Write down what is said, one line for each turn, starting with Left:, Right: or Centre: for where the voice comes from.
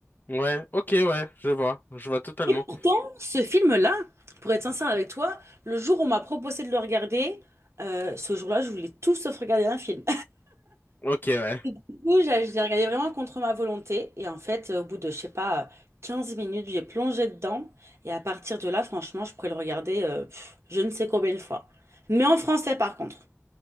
Left: Ouais, ok, ouais, je vois, je vois totalement.
Right: Et pourtant, ce film-là, pour être sincère avec toi, le jour où on m'a proposé de le regarder, euh, ce jour-là, je voulais tout sauf regarder un film.
Left: Ok, ouais,
Right: coup, j'ai j'ai regardé vraiment contre ma volonté. Et en fait, euh, au bout de, je sais pas, euh, 15 minutes, j'ai plongé dedans. Et à partir de là, franchement, je pourrais le regarder euh, pff, je ne sais combien de fois. Mais en français, par contre.